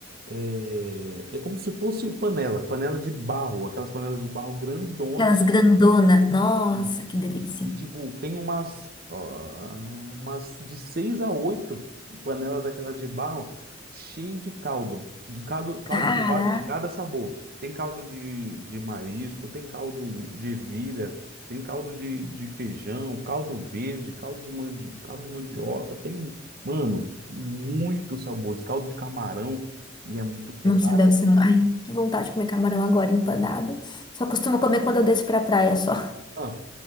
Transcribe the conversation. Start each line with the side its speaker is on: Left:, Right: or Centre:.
Right: É, é como se fosse panela, panela de barro, aquelas panelas de barro grandona,
Left: Aquelas grandona. Nossa,
Right: e,
Left: que delícia.
Right: e- e, tipo, tem umas, ó, umas de seis a oito panelas daquelas de barro cheio de caldo, de caldo, caldo
Left: Cara,
Right: de, va- de cada sabor. Tem caldo de, de marisco, tem caldo de ervilha, tem caldo de, de feijão, caldo verde, caldo de, mandi, caldo de mandioca, tem, mano, muitos sabores, caldo de camarão, e é muito, é
Left: nossa,
Right: barato.
Left: deve ser. mu- Ai, que vontade de comer camarão agora empanado. Só costumo comer quando eu desço pra praia só.
Right: Ah,